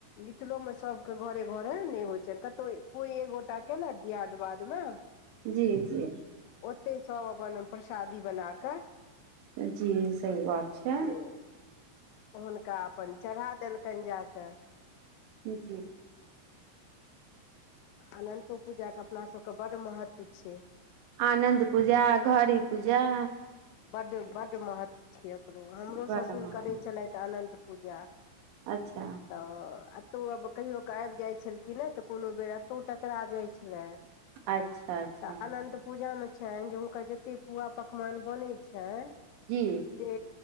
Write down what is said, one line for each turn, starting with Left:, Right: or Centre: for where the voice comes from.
Left: मिथिलो मे सबके घरे घरे नहि होइ छ कतहु कोई एगोटा केना दिय यादवादमे
Right: जी जी
Left: ते सब अपन प्रसादी बना कऽ
Right: जी सही बात छै
Left: से हुनका अपन चढ़ा देलकनि जा कऽ
Right: जी
Left: अनन्तो पूजाके अपनासभके बड्ड महत्व छै
Right: आनन्द पूजा घड़ी पूजा
Left: बड्ड बड्ड महत्व छैय एको हमरो
Right: बड़
Left: ससुर
Right: महग
Left: करै छलथि अनन्त पूजा
Right: अच्छा
Left: तऽ एतहु आब कहियो क आबि जाइ छलखिन तऽ कोनो बेर टकरा जाय छल
Right: अच्छा अच्छा
Left: त अनन्त पूजा मे हुनकर जे पुआ पकवान बने छै
Right: जी